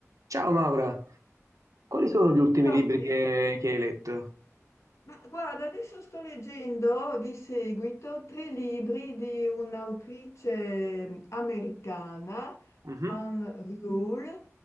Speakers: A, on the right; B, on the left.
A: Ciao Maura, quali sono gli ultimi
B: Ciao
A: libri
B: Michele.
A: che, che hai letto?
B: Ma guarda, adesso sto leggendo di seguito tre libri di un'autrice mm, americana,
A: Mhm.
B: Anne Rule,